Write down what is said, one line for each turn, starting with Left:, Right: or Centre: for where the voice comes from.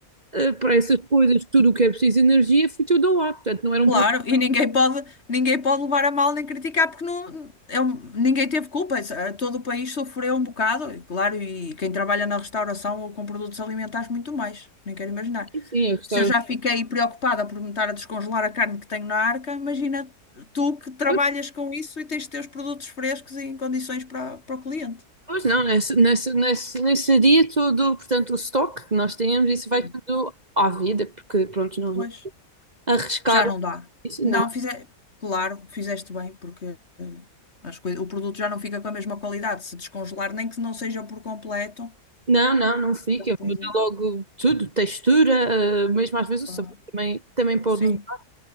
Right: eh, para essas coisas, tudo o que é preciso de energia, foi tudo ao ar. Portanto, não era um
Left: Claro,
Right: problema.
Left: e ninguém pode, ninguém pode levar a mal nem criticar, porque não, é um- ninguém teve culpa. Isso, eh, Todo o país sofreu um bocado, e claro, e quem trabalha na restauração ou com produtos alimentares, muito mais. Nem quero imaginar.
Right: Sim, eu gostava.
Left: Se eu já fiquei preocupada por me estar a descongelar a carne que tenho na arca, imagina tu que trabalhas
Right: Pois
Left: com isso e tens de ter os produtos frescos e em condições para, para o cliente.
Right: pois não, nesse, nesse, nesse, nesse dia todo, portanto, o estoque que nós temos, isso
Left: Sim.
Right: vai tudo à vida, porque, pronto, não,
Left: Pois.
Right: não arriscar
Left: Já não dá.
Right: isso,
Left: Não,
Right: não.
Left: fize... claro, fizeste bem, porque eh, as coisas... o produto já não fica com a mesma qualidade. Se descongelar, nem que não seja por completo.
Right: Não, não, não fica.
Left: Já pode-
Right: Muda logo tudo, textura, eh, mesmo às vezes
Left: Ah,
Right: o sabor também, também pode
Left: Sim,
Right: mudar.